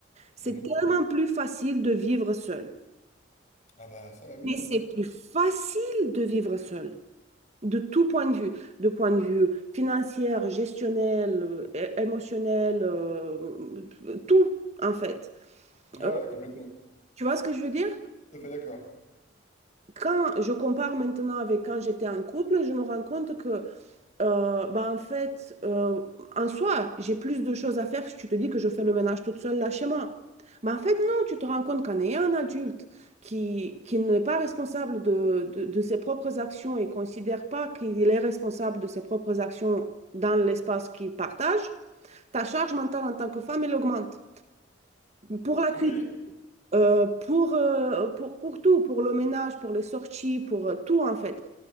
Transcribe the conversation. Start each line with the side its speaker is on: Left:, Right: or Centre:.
Right: C'est
Left: Mhm.
Right: tellement plus facile de vivre seul.
Left: Ah bah ça oui,
Right: Mais c'est
Left: oui.
Right: plus facile de vivre seul, de tout point de vue, de point de vue financier, gestionnel, euh, é- émotionnel, euh, tout en fait.
Left: Ouais,
Right: Euh,
Left: ouais, complètement.
Right: tu vois ce que je veux dire?
Left: Tout à fait d'accord.
Right: Quand je compare maintenant avec quand j'étais en couple, je me rends compte que Euh, bah en fait, euh, en soi, j'ai plus de choses à faire si tu te dis que je fais le ménage toute seule là chez moi. Mais en fait, non, tu te rends compte qu'en ayant un adulte qui, qui n'est pas responsable de, de, de ses propres actions et considère pas qu'il est responsable de ses propres actions dans l'espace qu'il partage, ta charge mentale en tant que femme, elle augmente. Pour la cuisine,
Left: Oui,
Right: euh, pour, euh, pour, pour tout, pour le ménage, pour les sorties, pour euh, tout en fait.